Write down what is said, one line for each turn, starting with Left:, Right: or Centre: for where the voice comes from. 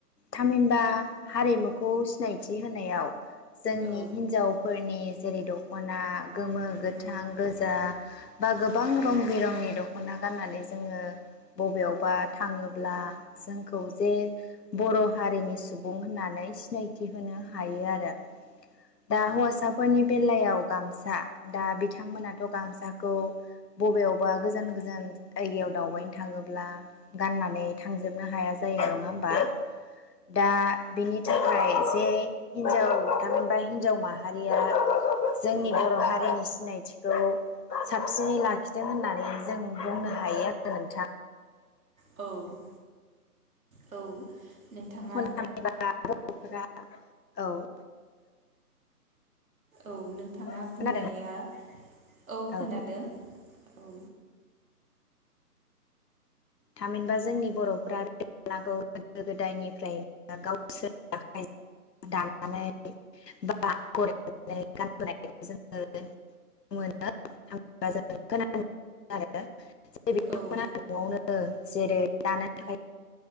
Left: थामहिनबा हारिमुखौ सिनायथि होनायाव जोंनि
Right: औ
Left: हिनजावफोरनि जेरै दख'ना गोमो, गोथां,
Right: औ
Left: गोजा, बा गोबां
Right: औ
Left: रं बिरंनि दख'ना गाननानै जोङो बबेयावबा थाङोब्ला जों खौ जे बर' हारिनि सुबुं होननानै सिनायथि होनो हायो आरो। दा हौआसा फोरनि बेलायाव गामसा दा बिथांमोनाथ' गामसाखौ बबेयावबा गोजान गोजान जायगायाव दावबायनो थाङोब्ला गाननानै थांजोबनो हाया जायो नङा होमबा? दा बिनि थाखाय जे हिन्जाव थामहिनबा हिन्जाव माहारिया जोंनि
Right: औ
Left: बर' हारिनि सिनायथि खौ साबसिनै लाखिदों होननानै जों बुंनो हायो आरो नोंथां।
Right: औ औ नोंथाङा
Left: <unintelligible> <unintelligible> औ
Right: औ नोंथाङा
Left: खोनादों
Right: बुंनाया औ
Left: औ
Right: खोनादों औ।
Left: थामहिनबा जोंनि बर'फ्रा <unintelligible> बे गोदो गोदायनिफ्रायनो गावसोरनि आखाइजों दानानै बा आगर एरनानै गानबोनायखौ जोङो नुनो मोनो थामहिनबा जों खोनानो मोनो आरो। जाय बिथांमोना
Right: औ
Left: न'आवनो जेरै दानो थाखाय